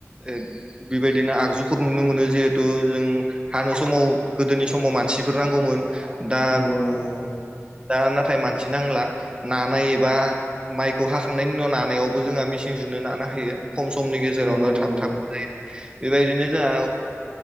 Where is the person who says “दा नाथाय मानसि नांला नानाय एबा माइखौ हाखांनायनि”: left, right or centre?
Right